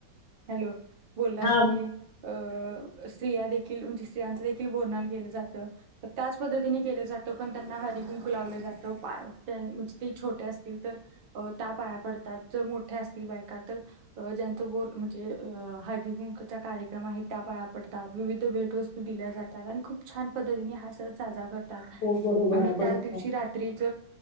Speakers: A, on the right; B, on the left.
A: हँलो? बोललात
B: हा
A: की, - स्त्रिया देखील, म्हणजे स्त्रियांच देखील बोरन्हान केलं जातं त्याच पद्धतीने केलं जात त्यांना हळदी कुंकू लावलं जातं, पाया म्हणजे ते छोटे असतील तर त्या पाया पडतात. जर मोठ्या असतील बाई काय तर ज्यांचं गोड म्हणजे अ हळदी कुंकवाचा कार्यक्रम आहे त्या पाया पडतात. भेटवस्तू दिल्या जातात आणि खूप छान पद्धतीने हा सण साजरा करतात.
B: हो बरोबर
A: आणि
B: आहे
A: त्याच
B: बरोबर
A: दिवशी
B: आहे
A: रात्रीच